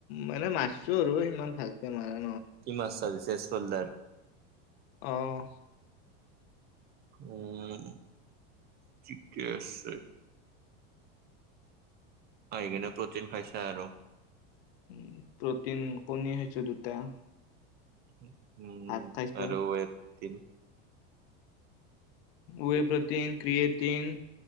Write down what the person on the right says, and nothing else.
কি মাৰচা আজি চেষ্ট চৌলদাৰ।
উম, ঠিকে আছে। আহিকিনে প্ৰটিন খাইছা আৰু।
উম। উম
বাৰু আটিন